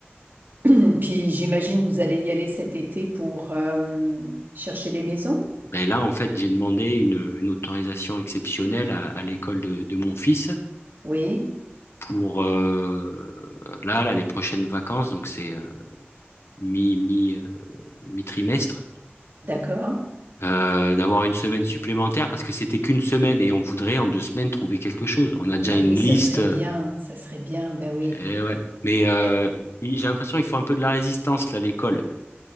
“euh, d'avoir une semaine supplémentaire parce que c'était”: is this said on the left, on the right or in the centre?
Left